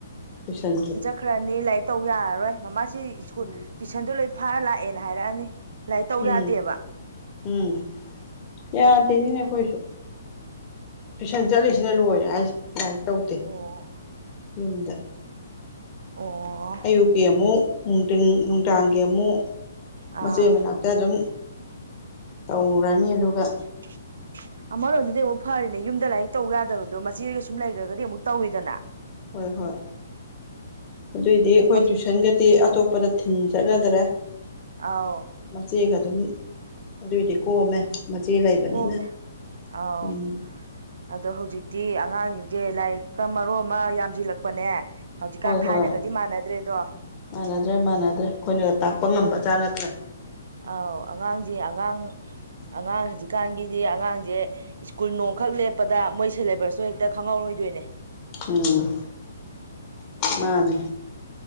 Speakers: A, on the left; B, on the right.
A: ꯇꯨꯏꯁꯟꯖꯨ
B: ꯈ꯭ꯔꯅꯤ ꯂꯥꯏꯔꯤꯛ ꯇꯧ ꯌꯥꯔꯔꯣꯏ ꯃꯃꯥꯁꯤ ꯁ꯭ꯀꯨꯜ
A: ꯎꯝ
B: ꯇꯨꯏꯁꯟꯗ ꯂꯣꯏ ꯐꯥꯔ ꯂꯥꯛꯑꯦꯅ ꯍꯥꯏꯔꯛꯑꯅꯤ ꯂꯥꯏꯔꯤꯛ ꯇꯧ
A: ꯎꯝ
B: ꯌꯥꯗꯦꯕ
A: ꯎꯝ ꯌꯥꯗꯤꯅꯤꯅꯦ ꯑꯩꯈꯣꯏꯁꯨ ꯇꯨꯏꯁꯟ ꯆꯠꯂꯤꯁꯤꯅ ꯂꯣꯏꯔꯦ ꯍꯥꯏꯁꯤ ꯂꯥꯏꯔꯤꯛ ꯇꯧꯗꯦ
B: ꯑꯣ
A: ꯌꯨꯝꯗ
B: ꯑꯣ
A: ꯑꯌꯨꯛꯀꯤ ꯑꯃꯨꯛ ꯅꯨꯡꯊꯤꯟ ꯅꯨꯡꯗꯥꯡꯒꯤ ꯑꯃꯨꯛ ꯃꯆꯦ
B: ꯑꯥ
A: ꯃꯅꯥ ꯍꯦꯛꯇ ꯑꯗꯨꯝ ꯇꯧꯔꯅꯤ ꯑꯗꯨꯒ
B: <unintelligible> ꯑꯃꯔꯣꯝꯗꯗꯤ ꯑꯃꯨꯛ ꯐꯔꯤꯅꯦ ꯌꯨꯝꯗ ꯂꯥꯏꯔꯤꯛ ꯇꯧ ꯌꯥꯗꯕꯗꯣ ꯃꯆꯦꯒ ꯁꯨꯝ ꯂꯩꯈ꯭ꯔꯒꯗꯤ ꯑꯃꯨꯛ ꯇꯧꯋꯤꯗꯅ
A: ꯍꯣꯏ ꯍꯣꯏ ꯑꯗꯨꯏꯗꯤ ꯑꯩꯈꯣꯏ
B: ꯍꯧꯖꯤꯛ
A: ꯇꯨꯏꯁꯟꯒꯗꯤ ꯑꯇꯣꯞꯄꯗ ꯊꯤꯟ ꯆꯠꯅꯗ꯭ꯔꯦ
B: ꯑꯥꯎ
A: ꯃꯆꯦꯒ ꯑꯗꯨꯝ ꯑꯗꯨꯏꯗꯤ ꯀꯣꯝꯃꯦ ꯃꯆꯦ ꯂꯩꯕꯅꯤꯅ
B: ꯀꯣꯝꯃꯦ ꯑꯥꯎ
A: ꯎꯝ
B: ꯑꯗꯣ ꯍꯧꯖꯤꯛꯇꯤ ꯑꯉꯥꯡꯁꯤꯡꯁꯦ ꯂꯥꯏꯔꯤꯛꯀ ꯃꯔꯣꯟ ꯑꯃ ꯌꯥꯝꯁꯤꯜꯂꯛꯄꯅꯦ ꯍꯧꯖꯤꯛꯀꯥꯟ
A: ꯍꯣꯏ
B: ꯊꯥꯏꯅꯒꯗꯤ
A: ꯍꯣꯏ
B: ꯃꯥꯟꯅꯗ꯭ꯔꯦꯗꯣ
A: ꯃꯥꯟꯅꯗ꯭ꯔꯦ ꯃꯥꯟꯅꯗ꯭ꯔꯦ ꯑꯩꯈꯣꯏꯅꯒ ꯇꯥꯛꯄ ꯉꯝꯕ ꯖꯥꯠ ꯅꯠꯇ꯭ꯔꯦ
B: ꯑꯥꯎ ꯑꯉꯥꯡꯁꯦ ꯑꯉꯥꯡ ꯑꯉꯥꯡ ꯍꯧꯖꯤꯛꯀꯥꯟꯒꯤꯗꯤ ꯑꯉꯥꯡꯁꯦ ꯁ꯭ꯀꯨꯜ ꯅꯣꯡꯈꯛ ꯂꯦꯞꯄꯗ ꯃꯣꯏ ꯁꯤꯂꯦꯕꯁꯇꯣ ꯍꯦꯛꯇ ꯈꯪꯍꯧꯔꯣꯏꯗꯣꯏꯅꯦ
A: ꯎꯝ ꯃꯥꯅꯦ